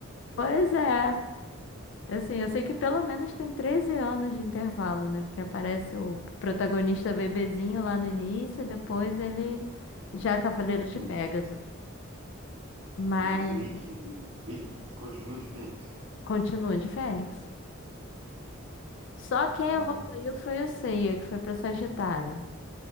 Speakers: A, on the left; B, on the right.
A: Pois é. Assim, eu sei que pelo menos tem 13 anos de intervalo, né? Porque aparece o protagonista bebezinho lá no início, e depois ele já é Cavaleiro
B: Sim.
A: de Pégaso. Mas
B: Mas o Wiki, o Wiki continua de fake.
A: continua de Fênix. Só quem
B: Ah,
A: evoluiu foi o Seiya, que foi para Sagitário.